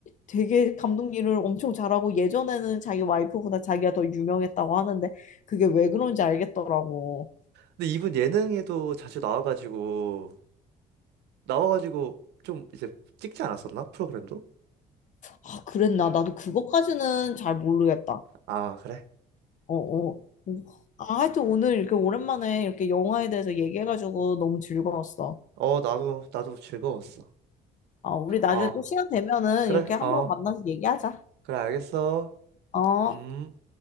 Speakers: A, on the left; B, on the right.
A: 되게 감독 일을 엄청 잘하고 예전에는 자기 와이프보다 자기가 더 유명했다고 하는데 그게 왜 그런지 알겠더라고.
B: 근데 이분 예능에도 자주 나와가지고, 나와가지고 좀 이제 찍지 않았었나? 프로그램도?
A: 아, 그랬나? 나도 그것까지는 잘 모르겠다.
B: 아, 그래?
A: 어, 어. 음. 아, 하여튼 오늘 이렇게 오랜만에 이렇게 영화에 대해서 얘기해가지고 너무 즐거웠어.
B: 어, 나도, 나도 즐거웠어.
A: 아, 우리 나중에
B: 어,
A: 또 시간 되면은
B: 그래?
A: 이렇게 한번
B: 어,
A: 만나서 얘기하자.
B: 그래, 알겠어.
A: 어.
B: 음.